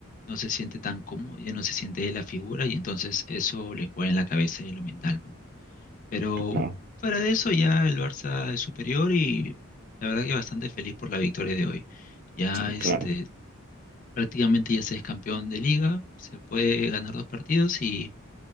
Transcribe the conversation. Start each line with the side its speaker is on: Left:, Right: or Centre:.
Left: no se siente tan cómodo, ya no se siente de la figura y entonces eso le juega en la cabeza y en lo mental. pues. Pero
Right: claro,
Left: fuera de eso ya el Barça es superior y la verdad que bastante feliz por la victoria de hoy. Ya
Right: sí,
Left: este
Right: claro.
Left: prácticamente ya se es campeón de liga, se puede ganar dos partidos y